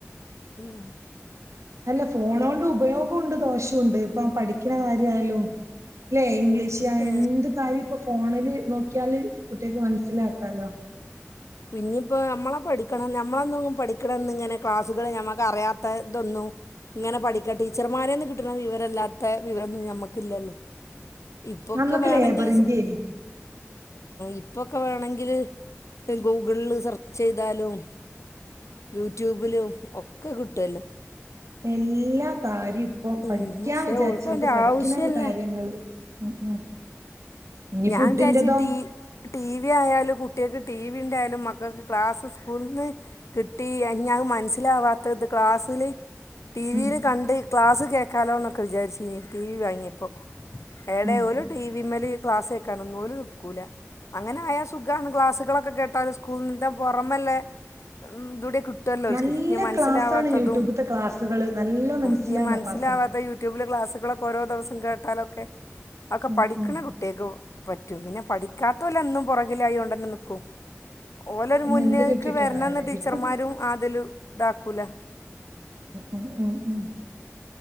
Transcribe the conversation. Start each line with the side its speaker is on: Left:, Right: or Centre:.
Left: ഉം.
Right: അല്ല ഫോണോണ്ട് ഉപയോഗംണ്ട് ദോഷംണ്ട് ഇപ്പോ പഠിക്കണ കാര്യയാലും. ല്ലെ ഇംഗ്ലീഷ്
Left: ഏ
Right: എന്ത് കാര്യം ഇപ്പോ ഫോണില് നോക്കിയാല് കുട്ടിൾക്ക് മനസ്സിലാക്കാലോ. <inaudible>
Left: ഇനീപ്പൊ നമ്മളെ പഠിക്കണം നമ്മളന്നും പഠിക്കണംന്ന് ഇങ്ങനെ ക്ലാസ്സുകൾ ഞമ്മക്ക് അറിയത്ത ഇതൊന്നും ഇങ്ങനെ പഠിക്ക ടീച്ചർമാരെന്ന് കിട്ടുന്ന വിവരമല്ലാത്ത വിവരംന്നും നമ്മുക്കില്ലല്ലോ? ഇപ്പൊക്കെ
Right: അന്നൊക്കെ
Left: വേണെങ്കിൽ
Right: ലേബറിന്റെനി
Left: ഇപ്പൊക്കെ വേണങ്കി വേണങ്കിൽ ഗൂഗിളിൽ സെർച്ച് ചെയ്താലും യൂട്യൂബിലും ഒക്കെ കിട്ടുല്ലോ.
Right: എല്ലാ കാര്യവും ഇപ്പൊ
Left: ഉം,
Right: പഠിക്കാൻ
Left: പക്ഷേ
Right: വിചാരിച്ചൽക്ക്
Left: ഓൾക്ക് അതിൻ്റെ
Right: പഠിക്കുന്ന
Left: ആവശ്യമല്ല
Right: കാര്യങ്ങള് ഉം. ഉം. ഇനി
Left: ഞാൻ
Right: ഫുഡിന്റെതോ?
Left: വിചാരിച്ച് ടി ടി വി ആയാലും കുട്ടികൾക്ക് ടി വി ഉണ്ടായാലും മക്കൾക്ക് ക്ലാസ്സ് സ്കൂൾ ന്ന് കിട്ടി ഞ മനസ്സിലാവാത്തത് ക്ലാസ്സിൽ ടിവിയിൽ
Right: ഉം
Left: കണ്ട് ക്ലാസ് കേക്കാലോ ന്നൊക്കെ വിചാരിച്ചനി ടി വി വാങ്ങിയപ്പോ. എവടെ
Right: ഉം
Left: ഓൽ ടി വിമ്മേല് ക്ലാസ്ക്കാനൊന്നും ഓൽ നിക്കൂല. അങ്ങനെ ആയാ സുഖണ്. ക്ലാസ്സുകളൊക്കെ കേട്ടാല് സ്കൂൾ ന് പുറമെല്ലേ ഇതൂടെ കി കിട്ടൂല്ലോൽ
Right: നല്ല
Left: ക്ക് ഇനി മനസ്സിലാവാത്തതും
Right: ക്ലാസ്സാണ് യൂട്യൂബ്ത്തെ ക്ലാസ്സുകള് നല്ല മനസ്സിലാണ്
Left: ഇനി മനസ്സിലാവാത്ത
Right: ക്ലാസ്സാ
Left: യു യു ട്യൂബില് ക്ലാസുകളൊക്കെ ഓരോ ദിവസം കേട്ടാലക്കെ ഒക്കെ
Right: ഉം
Left: പഠിക്കണ
Right: ഉം
Left: കു കുട്ടികൾക്ക് പറ്റും. പിന്നെ പഠിക്കാത്ത ഒൽ എ ന്നും പുറകിലായൊണ്ട്ന്നെ നിക്കും. ഓലൊരു
Right: അയ്ന്
Left: മുന്നേക്ക്
Right: എന്ത് കിട്ടിയിട്ടും
Left: വരണംന്ന്
Right: കാര്യല്ല
Left: ടീച്ചർമാരും അതില് ഇതാക്കൂല.
Right: ഉം, ഉം, ഉം.